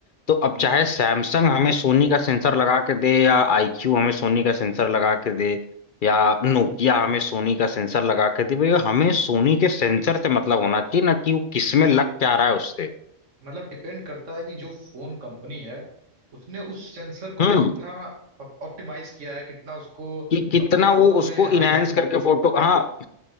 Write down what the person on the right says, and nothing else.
हम्म
मतलब डिपेंड करता है कि जो फोन कंपनी है उसने उस सेंसर को
कितना ऑप्टिमाइज किया है कितना उसको
अपने फोन
में हाँ
यूज